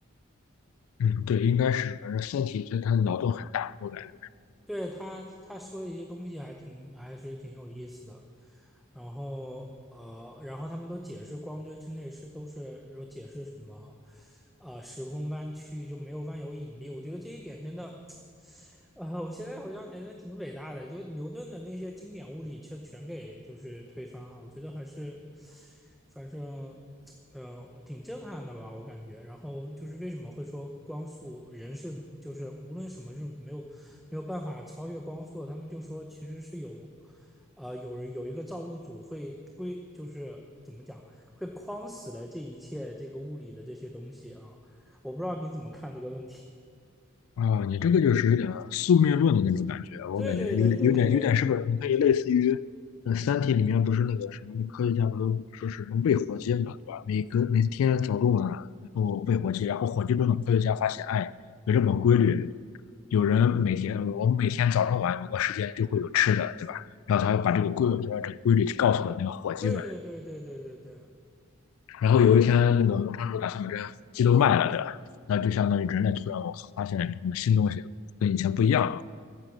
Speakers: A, on the left (about 75°); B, in the centre.
A: 嗯，对，应该是，反正《三体》它它的脑洞很大，我感觉。
B: 对他他说的一些东西还挺还是挺有意思的，然后呃，然后他们都解释光锥之内是都是有解释什么，呃，时空弯曲就没有万有引力，我觉得这一点真的。啊，我现在回想起来真的挺伟大的，就牛顿的那些经典物理却全给就是推翻了，我觉得还是，反正，呃，挺震撼的吧，我感觉。然后就是为什么会说光速人是就是无论什么是没有没有办法超越光速的，他们就说其实是有，呃，有人有一个造物主会归，就是怎么讲会框死了这一切这个物理的这些东西啊，我不知道你怎么看这个问题。
A: 啊，你这个就是有点宿命论的那种感觉，
B: <laughs>
A: 我感觉有点、
B: 对对对对对，
A: 有点、有点，是不是？你可以类似于，呃，《三体》里面不是那个什么科学家不都说是能喂火鸡嘛，对吧？每隔每天早中晚，然后喂火鸡，然后火鸡中的科学家发现，哎，有这么个规律，有人每天，我们每天早中晚某个时间就会有吃的，对吧？然后他把这个规，他把这个规律告诉了那个火鸡们，
B: 对对对对对对对，
A: 然后有一天那个农场主打算把这些鸡都卖了，对吧？那就相当于人类突然我靠发现了什么新东西，跟以前不一样了。